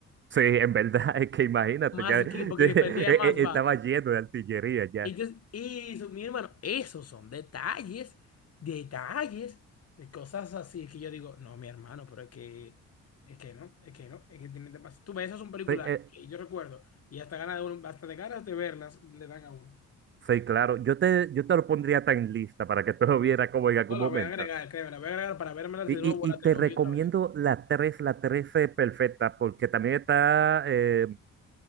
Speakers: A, on the right (about 40°); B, on the left (about 55°).
A: Sí, en verdad, <laughs> es que imagínate,
B: Más
A: ya <laughs> eh,
B: ki- porque
A: eh,
B: perdía más
A: estaba
B: balas.
A: lleno de artillería ya.
B: Y, yo- y eso, mi hermano, esos son detalles, detalles de cosas así que yo digo, no, mi hermano, pero es que, es que no, es que no, es que tiene demasiado. Tú ves, esas son películas
A: Sí, eh,
B: que yo recuerdo y hasta ganas de uno, hasta de ganas de verlas le dan a uno.
A: sí, claro, yo te, yo te lo pondría tan lista para que tú lo vieras como en algún
B: No, la
A: momento.
B: voy a agregar, créeme, la voy a agregar para verme de
A: Y, y,
B: nuevo
A: y
B: la
A: te
B: trilogía
A: recomiendo
B: otra vez.
A: la 3, la 13 perfecta, porque también está eh,